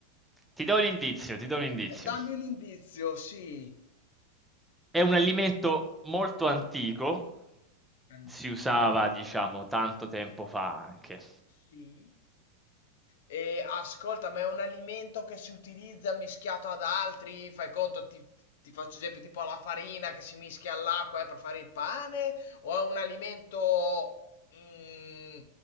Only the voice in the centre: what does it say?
Ti do un indizio, ti do un indizio.
È un alimento molto antico,
si usava, diciamo, tanto tempo fa anche.